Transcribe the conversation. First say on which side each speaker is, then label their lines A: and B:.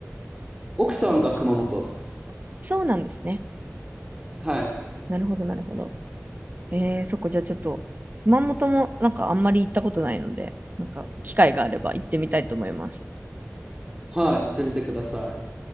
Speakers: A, on the right (about 15°); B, on the right (about 35°).
A: 奥さんが熊本っす。
B: そうなんですね。
A: はい。
B: なるほど、なるほど。えー、そこじゃあちょっと、熊本もなんかあんまり行ったことないので、なんか機会があれば行ってみたいと思います。
A: はい。行ってみてください。